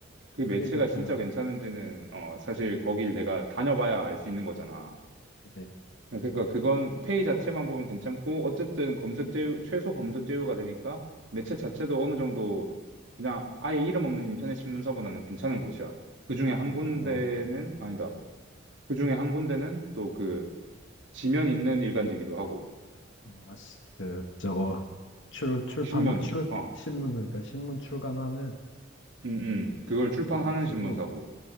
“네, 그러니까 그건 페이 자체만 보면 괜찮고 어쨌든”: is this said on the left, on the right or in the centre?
Right